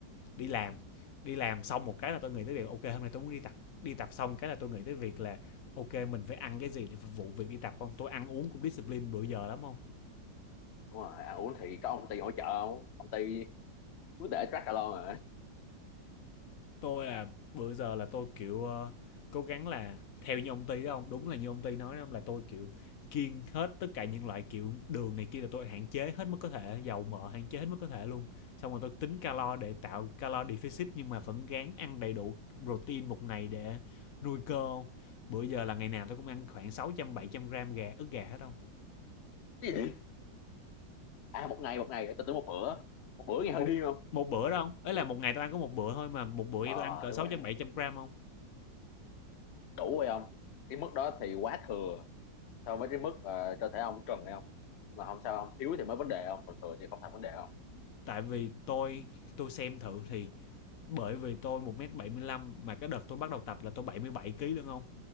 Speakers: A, on the left; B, on the left.
A: đi làm, đi làm xong một cái là tôi nghĩ tới việc ok hôm nay tôi muốn đi tập, đi tập xong cái là tôi nghĩ tới việc là ok mình phải ăn cái gì để phục vụ việc đi tập không? Tôi ăn uống cũng discipline bữa giờ lắm không?
B: đúng rồi ăn uống thì có ông ty hỗ trợ không ông ty cứ để track alone rồi
A: Tôi là bữa giờ là tôi kiểu ờ, cố gắng là theo như ông Ty đó không? Đúng là như ông Ty nói đó không? Là tôi kiểu kiêng hết tất cả những loại kiểu đường này kia là tôi hạn chế hết mức có thể, dầu mỡ hạn chế hết mức có thể luôn. Xong rồi tôi tính
B: ừ.
A: calo để tạo calo deficit nhưng mà vẫn gắng ăn đầy đủ protein một ngày để nuôi cơ Bữa giờ là ngày nào tôi cũng ăn khoảng sáu trăm bảy trăm gram gà ức gà hết không?
B: Cái gì? à một ngày một ngày tôi tưởng một bữa một bữa nghe hơi
A: Một
B: điên không
A: một bữa đâu không? Ấy là một ngày tôi ăn có một bữa thôi mà một bữa vậy
B: ờ
A: tôi ăn cỡ
B: à, đúng
A: sáu
B: rồi
A: trăm bảy trăm gram không?
B: đủ rồi không? cái mức đó thì quá thừa so với cái mức ờ, cơ thể ông cần hay không mà không sao ông thiếu thì mới vấn đề không còn thừa thì không thành vấn đề không
A: Tại vì tôi tôi xem thử thì bởi vì tôi một mét bảy mươi lăm mà cái đợt tôi bắt đầu tập là tôi 77kg đúng không?